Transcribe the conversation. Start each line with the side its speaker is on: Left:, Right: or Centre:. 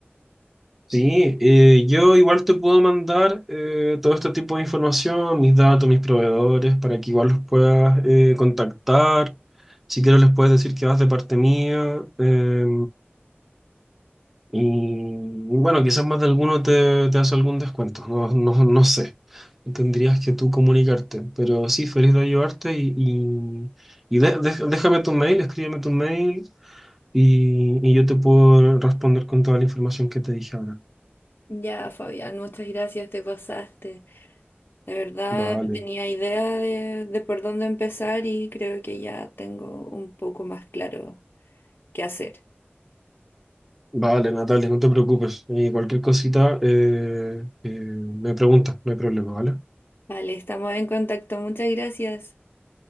Centre: Sí, eh, yo igual te puedo mandar eh, todo este tipo de información, mis datos, mis proveedores, para que igual los puedas eh, contactar. Si quieres les puedes decir que vas de parte mía. eh, y, y bueno, quizás más de alguno te, te hace algún descuento, no, no, no sé. Tendrías que tú comunicarte, pero sí, feliz de ayudarte y, y, y de- de- déjame tu mail, escríbeme tu mail y, y yo te puedo responder con toda la información que te dije ahora.
Left: Ya, Fabián, muchas gracias, te pasaste. De verdad,
Centre: Vale,
Left: no tenía idea de, de por dónde empezar y creo que ya tengo un poco más claro qué hacer.
Centre: vale, Natalia, no te preocupes. Y cualquier cosita eh, eh, me preguntas, no hay problema, ¿vale?
Left: Vale, estamos en contacto. Muchas gracias.